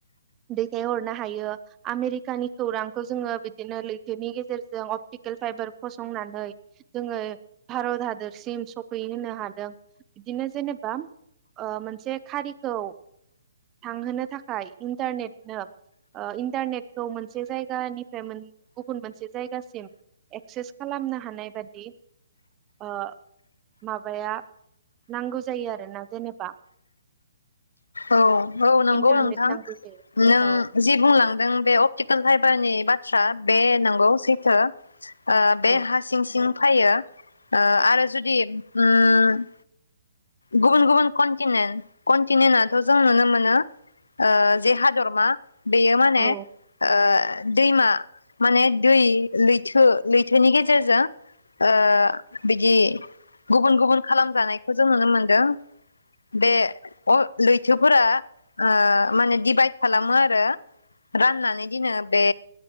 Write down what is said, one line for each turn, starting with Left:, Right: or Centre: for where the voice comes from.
Right: दैथायहरनो हायो आमेरिकानि खौरांखौ जोङो बिदिनो लैथोनि गेजेरजों अप टिकेल फाइबार फसंनानै जोङो भारत हादोरसिम सफै होनो हादों बिदिनो जेनेबा ओ मोनसे खारिखौ थांहोनो थाखाय इन्टारनेटनो ओ इन्टारनेटखौ मोनसे जायगानिफ्राय मोन गुबुन मोनसे जायगासिम एक्सेस खालामनो हानायबादि ओ माबाया नांगौ जायो आरोना जेनेबा
Left: औ औ नंगौ
Right: इन्टारनेट
Left: नोंथां
Right: नांगौ जायो
Left: नों
Right: औ
Left: जि बुंलांदों बे अपटिकेल फाइबारनि बाथ्रा बे नंगौ सैथो ओ
Right: औ
Left: बे हा सिं सिं फायो ओ आरो जुदि उम गुबुन गुबुन कन्टिनेन्ट कन्टिनेन्टथ जों नुनो मोनो ओ जे हादरमा बेयो माने
Right: औ
Left: ओ दैमा माने दै लैथो लैथोनि गेजेरजों ओ बिदि गुबुन गुबुन खालामजानायखौ जों नुनो मोनदों बे अ लैथोफोरा ओ माने दिभाइद खालामो आरो राननानै दिनो बे